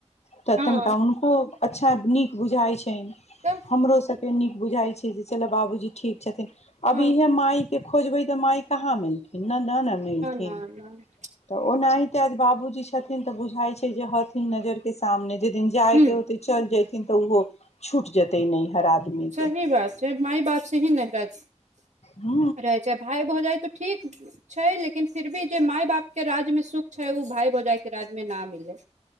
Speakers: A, on the left; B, on the right.
A: तऽ
B: हँ
A: तनिका हुनको। <unintelligible> नीक बुझाइत छैन
B: तऽ
A: हमरो सभ <unintelligible> नीक बुझाई छै जे चला बाबूजी ठीक छथिन। अभी
B: हँ
A: इएहे माइ के खोजबै तऽ माइ कहाँ मिलतै इना नहि न मिलथिन
B: न न
A: तऽ ओना अय ता जे बाबूजी छथिन तऽ बुझाइ छै जे हत <unintelligible> नजर के सामने जे दिन जाय
B: ह
A: के होते चल जेथिन किन्तो उहो। छूट जेतै नैहर आदमी
B: सही
A: के
B: बात छै माइ बाप से ही नहि <unintelligible>
A: ह
B: रहे छै भाइ भौजाइ तऽ ठीक छै लेकिन फिर भी जे माइ बापके राज्यमे सुख छै ओ भाय भौजाइके राज्यमे न मिललै